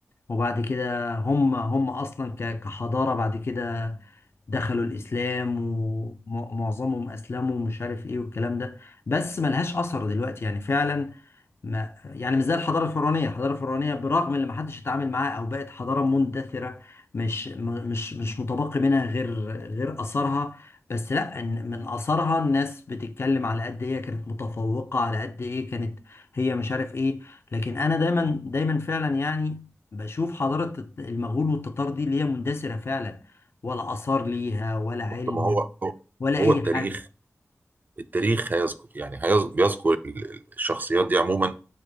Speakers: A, on the left; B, on the right.
A: وبعد كده هم هم أصلا ك- كحضارة بعد كده دخلوا الإسلام ومعظمهم أسلموا ومش عارف إيه والكلام ده بس ملهاش أثر دلوقتي يعني فعلا ما يعني مش زي الحضاره الفرعونيه الحضاره الفرعونيه برغم ان ما حدش اتعامل معاها او بقت حضاره مندثره مش م- مش مش متبقي منها غير غير اثارها بس لا إن من اثارها الناس بتتكلم على قد ايه كانت متفوقه على قد ايه كانت هي مش عارف ايه لكن انا دايما دايما فعلا يعني بشوف حضاره المغول والتتار دي اللي هي مندثره فعلا ولا اثار ليها ولا علم
B: طب ما هو هو
A: ولا
B: هو
A: اي
B: التاريخ
A: حاجه
B: التاريخ هيذكر يعني هيذ- بيذكر ال- ال- الشخصيات دي عموما